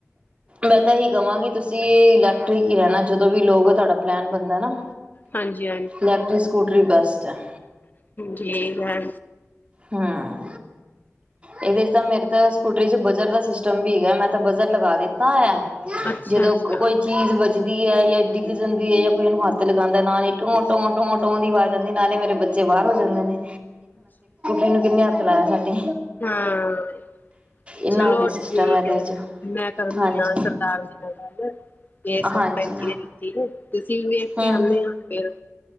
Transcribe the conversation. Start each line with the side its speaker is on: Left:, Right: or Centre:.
Right: ਮੈਂ ਤਾਂ ਇਹੀ ਕਵਾਂਗੀ ਤੁਸੀਂ ਇਲੈਕਟ੍ਰਿਕ ਹੀ ਲੈਣਾ ਜਦੋਂ ਵੀ ਲੋਗੇ- ਤੁਹਾਡਾ ਪਲੈਨ ਬਣਦਾ ਨਾ-
Left: ਹਾਂਜੀ-ਹਾਂਜੀ,
Right: ਇਲੈਕਟ੍ਰਿਕ ਸਕੂਟਰੀ ਬੈਸਟ ਹੈ
Left: ਠੀਕ ਹੈ।
Right: ਹਾਂ, ਇਹਦੇ ਚ ਤਾਂ ਮੇਰੇ ਤਾਂ ਸਕੂਟਰੀ ਚ ਬਜਰ ਦਾ ਸਿਸਟਮ ਵੀ ਹੈਗਾ ਮੈਂ ਤਾਂ ਬਜਰ ਲਗਾ ਦਿੱਤਾ ਹੈ।
Left: ਅੱਛਾ
Right: ਜਦੋਂ
Left: ਅੱਛਾ
Right: ਕੋਈ ਚੀਜ਼ ਵ ਜਿਦੀ ਹੈ ਜਾਂ ਡਿੱਗ ਜਾਂਦੀ ਹੈ ਜਾਂ ਕੋਈ ਉਹਨੂੰ ਹੱਥ ਲਗਾਉਂਦਾ ਨਾ ਹੀ ਟੋਂ ਟੋ ਟੋਂ ਟੋ ਦੀ ਆਵਾਜ਼ ਆਉਂਦੀ ਨਾਲੇ ਮੇਰੇ ਬੱਚੇ ਬਾਹਰ ਹੋ ਜਾਂਦੇ ਨੇ।
Left: <unintelligible>
Right: ਇਨੂੰ ਕਿੰਨੇ ਹਥ ਲਾਇਆ ਸਾਡੇ,
Left: ਹਾਂ,
Right: ਇੰਨਾ
Left: ਚਲੋ
Right: ਵਧੀਆ
Left: ਠੀਕ
Right: ਸਿਸਟਮ ਇਹਦੇ
Left: ਹੈ,
Right: ਚ
Left: ਮੈਂ ਕਰਨੀ
Right: ਹਾਂਜੀ
Left: ਆ ਸਰਦਾਰ ਜੀ ਨਾਲ ਗੱਲ ਬੇਸਗ
Right: ਹਾਂਜੀ
Left: ਭੈ ਤੁਸੀਂ ਵੇਖ
Right: ਹਮ
Left: ਕੇ ਆਨੇ ਆ ਫਿਰ-